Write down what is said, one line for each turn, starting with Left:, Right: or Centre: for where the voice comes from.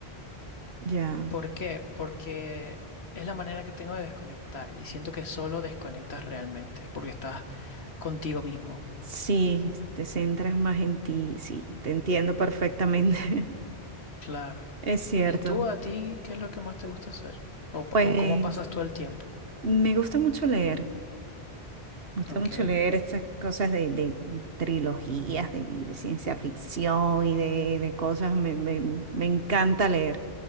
Right: Ya,
Left: ¿Por qué? Porque es la manera que tengo de desconectar y siento que solo desconectas realmente, es porque estás contigo mismo.
Right: sí, te centras más en ti, sí, te entiendo perfectamente. <laughs>
Left: Claro.
Right: Es cierto.
Left: ¿Y tú a ti qué es lo que más te gusta hacer? ¿O,
Right: Pues
Left: p- o cómo pasas tú el tiempo?
Right: me gusta mucho leer, me gusta
Left: Ok.
Right: mucho leer estas cosas de, de trilogías, de, de ciencia ficción y de, de cosas, me, me- me encanta leer.